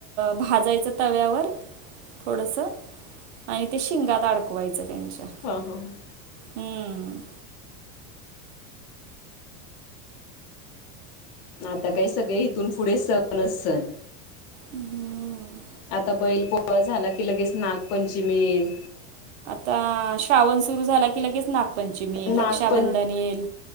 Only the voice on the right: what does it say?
भाजायचं तव्यावर थोडस. आणि ते शिंगात अडकवायचं त्यांच्या.
हम्म.
हम.
तर श्रावण सुरू झाला की, लगेच नागपंचमी येईल
रक्षाबंधन ईल.